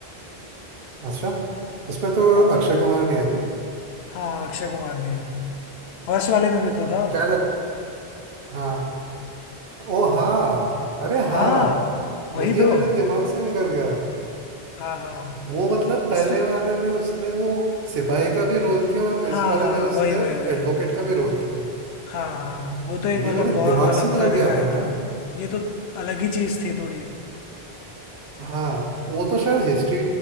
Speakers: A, on the right; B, on the left.
A: अच्छा उसमें तो
B: हाँ भाई
A: अक्षय कुमार भी है नहीं
B: हाँ अक्षय कुमार भी है फर्स्ट वाले में भी तो था
A: क्या लग हाँ ओ हाँ अरे हाँ
B: हाँ वही
A: मैं ये
B: तो
A: मेरे दिमाग से निकल गया
B: हाँ हाँ
A: वो मतलब
B: इसमें
A: पहले वाले में उसने वो सिपाही का भी रोल किया और इस
B: हाँ
A: वाले
B: हाँ
A: में उसने
B: वही वही वही
A: एडवोकेट का भी रोल किया
B: हाँ हाँ वो तो एक
A: ये
B: मतलब
A: मेरे
B: वॉर
A: दिमाग
B: वाला
A: से
B: पूरा
A: निकल
B: दिखाया
A: गया था भाई
B: था ये तो अलग ही चीज थी थोड़ी
A: हाँ वो तो शायद हिस्ट्री